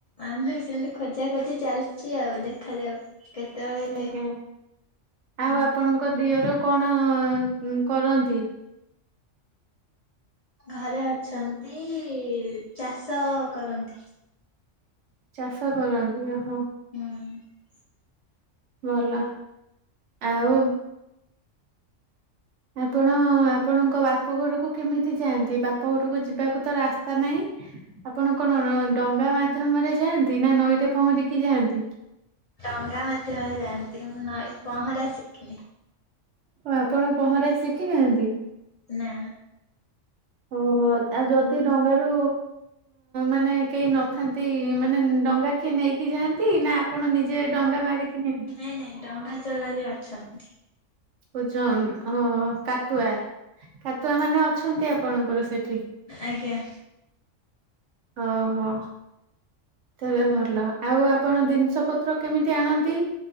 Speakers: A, on the left; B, on the right.
A: ଆମେଁ ସେମିତି ଖୋଜା ଖୋଜି ଚାଲିଛି ଆଉ ଦେଖାଯାଉ କେତେବେଳେ
B: ଆଜ୍ଞା
A: ହୁଁ
B: ଆଉ ଆପଣଙ୍କ ଦିଅର? କଣ କରନ୍ତି
A: ଘରେ ଅଛନ୍ତି ଚାଷ କରନ୍ତି।
B: ଚାଷ କରନ୍ତିୁ ଓହ
A: ହୁଁ
B: ଭଲ ଆଉ ଆପଣ ଆପଣଙ୍କ ବାପ ଘରକୁ କେମିତି ଯାଆନ୍ତି ବାପ ଘରକୁ ଯିବାକୁ ତ ରାସ୍ତା ନାହିଁ ଆପଣ କଣ ଡଙ୍ଗା ମାଧ୍ୟମରେ ଯାଆନ୍ତି ନା ନଈରେ ପହଁରିକି ଯାଆନ୍ତି?
A: ଡଙ୍ଗା ମାଧ୍ୟମ ରେ ଯାଆନ୍ତି ମୁ ନଈ ପହଁରା ଶିକିନି
B: ହ ଆପଣ ପହଁରା ଶିଖିନାହାନ୍ତି
A: ନା
B: ଓହୋ ଆଉ ଯଦି ଡଙ୍ଗାରୁ ମାନେ କେହି ନଥାନ୍ତି ମାନେ ଡଙ୍ଗା କିଏ ନେଇକି ଯାଆନ୍ତି ନା? ଆପଣ ନିଜେ ଡଙ୍ଗା ମାରିକି ନବେ
A: ନାଇଁ ନାଇଁ ଡଙ୍ଗା ଚଳାଳୀ ଅଛନ୍ତି
B: ପୁଛ <inaudible> କାତୁଆ କାତୁଆ ମାନେ ଅଛନ୍ତି ଆପଣଙ୍କର ସେଠି?
A: ଆଜ୍ଞା
B: ଓହୋ ତେବେ ଭଲ ଆଉ ଆପଣ ଜିନିଷ ପତ୍ର କେମିତି ଆଣନ୍ତି